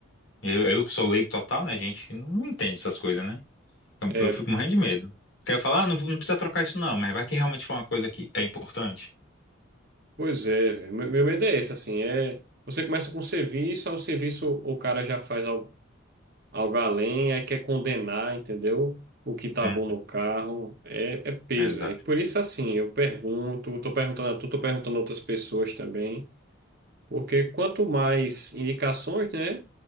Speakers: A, on the left; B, on the right.
A: Eu, eu que sou leigo total, né, gente? Não entende essas coisas, né? Eu,
B: É,
A: eu fico morrendo de medo. Quero falar, ah, não, não precisa trocar isso não, mas vai que realmente foi uma coisa que é importante.
B: pois é, meu, meu medo é esse, assim, é, você começa com o serviço, aí o serviço o cara já faz algo, algo além, aí quer condenar, entendeu? O que tá
A: Uhum,
B: bom no carro, é, é peso,
A: exato.
B: é. Por isso, assim, eu pergunto, tô perguntando a tu, tô perguntando a outras pessoas também. Porque quanto mais indicações, né,